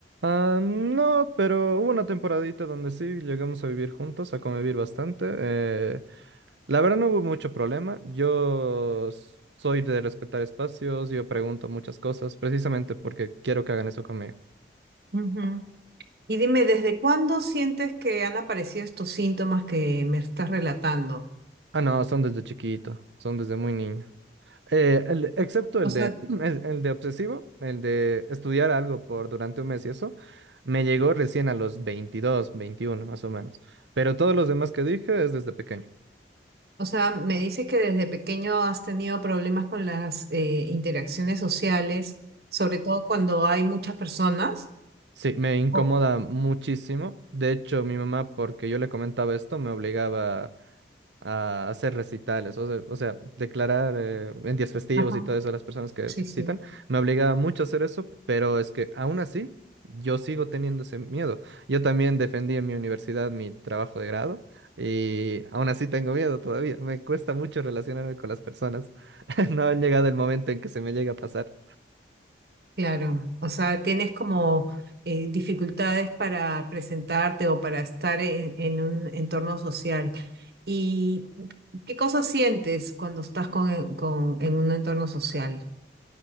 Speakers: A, on the right (about 85°); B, on the right (about 60°).
A: Ah, no, pero hubo una temporadita donde sí llegamos a vivir juntos, a convivir bastante. Eh, la verdad no hubo mucho problema. Yo s- soy de respetar espacios, yo pregunto muchas cosas, precisamente porque quiero que hagan eso conmigo.
B: Ujú. Y dime, ¿desde cuándo sientes que han aparecido estos síntomas que me estás relatando?
A: Ah, no, son desde chiquito, son desde muy niño. Eh, el- excepto
B: O
A: el
B: sea,
A: de, <clears throat> el, el de obsesivo, el de estudiar algo por durante un mes y eso, me llegó recién a los 22, 21 más o menos. Pero todos los demás que dije es desde pequeño.
B: O sea, me dices que desde pequeño has tenido problemas con las eh, interacciones sociales, sobre todo cuando hay muchas personas.
A: Sí, me incomoda
B: Oh.
A: muchísimo. De hecho, mi mamá, porque yo le comentaba esto, me obligaba a hacer recitales, o sea, o sea, declarar eh, en días festivos
B: Ajá,
A: y todo eso a las personas que
B: sí,
A: recitan.
B: sí,
A: Me obligaba mucho a hacer eso, pero es que aún así yo sigo teniendo ese miedo. Yo también defendí en mi universidad mi trabajo de grado y aún así tengo miedo todavía. Me cuesta mucho relacionarme con las personas. <laughs> No ha llegado el momento en que se me llegue a pasar.
B: claro. O sea, tienes como eh, dificultades para presentarte o para estar en, en un entorno social. ¿Y qué cosas sientes cuando estás con, con- en un entorno social?